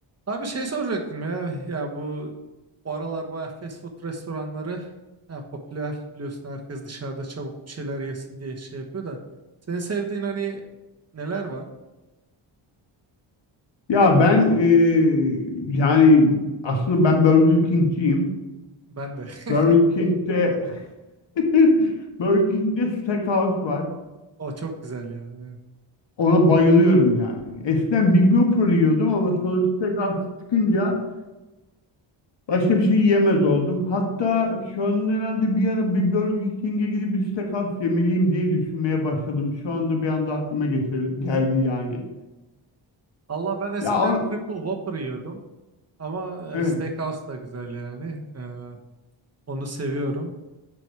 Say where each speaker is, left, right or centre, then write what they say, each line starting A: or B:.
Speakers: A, on the right; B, on the left.
A: Abi şey soracaktım ya ya bu bu aralar bayağı fast food restoranları ya popüler biliyorsun herkes dışarıda çabuk bir şeyler yesin diye şey yapıyor da senin sevdiğin hani neler var?
B: Ya ben eee, yani aslında ben Burger King'ciyim.
A: Ben de. <laughs>
B: Burger King'de <laughs> Burger King'de Steakhouse var.
A: O çok güzel ya. evet.
B: Ona bayılıyorum yani. Eskiden Big Whopper yiyordum ama sonra Steakhouse çıkınca başka bir şey yiyemez oldum. Hatta şu an herhalde bir ara bir Burger King'e gidip bir Steakhouse yemeliyim diye düşünmeye başladım. Şu anda bir anda aklıma getir- geldi yani.
A: Allah ben eskiden
B: Ya o-
A: Triple Whopper yiyordum ama
B: evet.
A: e, Steakhouse da güzel yani. E, onu seviyorum.